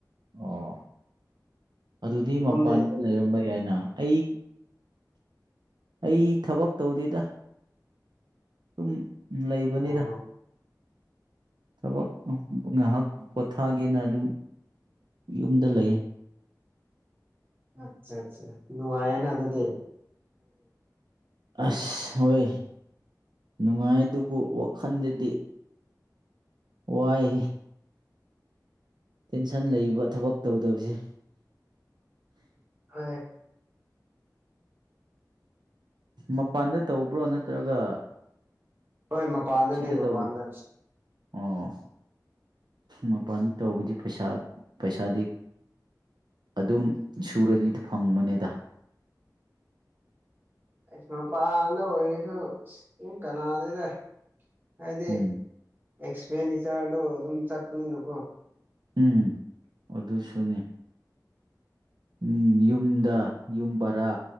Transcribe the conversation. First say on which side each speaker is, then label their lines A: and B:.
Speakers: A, on the right (about 80°); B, on the right (about 30°).
A: ꯑꯣ ꯑꯗꯨꯗꯤ
B: ꯁꯣꯝꯗꯤ
A: ꯃꯄꯥꯟꯗ ꯂꯩꯔꯝꯕ ꯌꯥꯏꯅ ꯑꯩ ꯑꯩ ꯊꯕꯛ ꯇꯧꯗꯦꯗ ꯁꯨꯝ ꯂꯩꯕꯅꯤꯗ
B: ꯑꯣ
A: ꯊꯕꯛ ꯉꯥꯏꯍꯥꯛ ꯄꯣꯊꯥꯒꯦꯅ ꯑꯗꯨꯝ ꯌꯨꯝꯗ ꯂꯩꯌꯦ
B: ꯑꯆꯥ ꯑꯆꯥ ꯅꯨꯡꯉꯥꯏꯅ ꯑꯗꯨꯗꯦꯔꯦ
A: ꯑꯁ ꯍꯣꯏ ꯅꯨꯡꯉꯥꯏꯗꯨꯕꯨ ꯋꯥꯈꯜꯗꯗꯤ ꯋꯥꯏ ꯇꯦꯟꯁꯟ ꯂꯩꯕ ꯊꯕꯛ ꯇꯧꯗꯕꯁꯦ
B: ꯍꯣꯏ
A: ꯃꯄꯥꯟꯗ ꯇꯧꯕ꯭ꯔꯣ ꯅꯠꯇ꯭ꯔꯒ
B: ꯍꯣꯏ ꯃꯄꯥꯟꯗꯅꯦ
A: ꯁꯤꯗ
B: ꯃꯄꯥꯟꯗ
A: ꯇꯧꯕ꯭ꯔꯣ ꯑꯣ ꯃꯄꯥꯟ ꯇꯧꯕꯗꯤ ꯄꯩꯁꯥ ꯄꯩꯁꯥꯗꯤ ꯑꯗꯨꯝ ꯁꯨꯔꯗꯤ ꯐꯪꯕꯅꯦꯗ
B: ꯑꯩꯁꯃꯄꯥꯗ ꯑꯣꯏꯁꯨ ꯀꯅꯥꯗꯗ ꯍꯥꯏꯗꯤ
A: ꯎꯝ
B: ꯑꯦꯛꯁꯄꯦꯟꯗꯤꯆꯔꯗꯨ ꯑꯗꯨꯝ ꯆꯠꯄꯅꯤꯅꯀꯣ
A: ꯎꯝ ꯑꯗꯨ ꯁꯨꯅꯤ ꯎꯝ ꯌꯨꯝꯗ ꯌꯨꯝ ꯕꯔꯥ